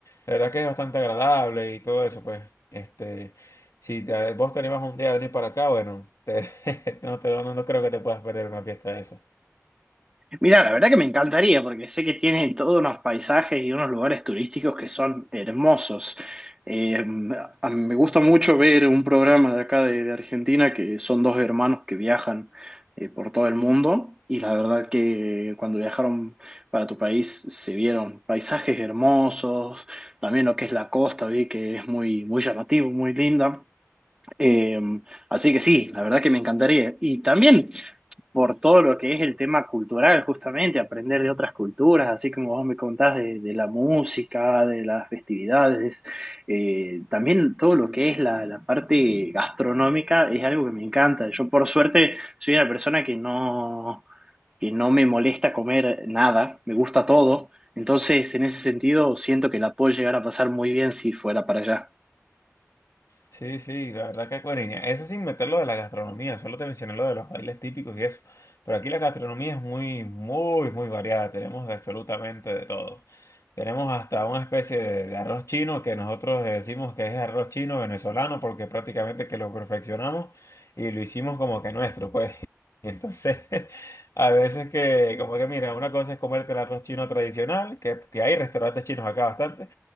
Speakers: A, on the left (about 80°); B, on the right (about 15°).
A: La verdad que es bastante agradable y todo eso, pues, este, si te- vos te animas un día a venir para acá, bueno, te- <laughs> no, te- no no creo que te puedas perder una fiesta de esa.
B: Mira, la verdad que me encantaría porque sé que tienen todos unos paisajes y unos lugares turísticos que son hermosos. Eh, a mí me gusta mucho ver un programa de acá de, de Argentina que son dos hermanos que viajan eh, por todo el mundo y la verdad que cuando viajaron para tu país se vieron paisajes hermosos, también lo que es la costa, vi que es muy, muy llamativo, muy linda. Eh, así que sí, la verdad que me encantaría. Y también por todo lo que es el tema cultural, justamente, aprender de otras culturas, así como vos me contás de, de la música, de las festividades, eh, también todo lo que es la, la parte gastronómica es algo que me encanta. Yo por suerte soy una persona que no, que no me molesta comer nada, me gusta todo, entonces en ese sentido siento que la puedo llegar a pasar muy bien si fuera para allá.
A: Sí, sí, la verdad que cuerina. Eso sin meter lo de la gastronomía, solo te mencioné lo de los bailes típicos y eso. Pero aquí la gastronomía es muy, muy, muy variada. Tenemos absolutamente de todo. Tenemos hasta una especie de, de arroz chino que nosotros decimos que es arroz chino venezolano porque prácticamente que lo perfeccionamos y lo hicimos como que nuestro, pues. <laughs> Y entonces, <laughs> a veces que, como que mira, una cosa es comerte el arroz chino tradicional, que, que hay restaurantes chinos acá bastante.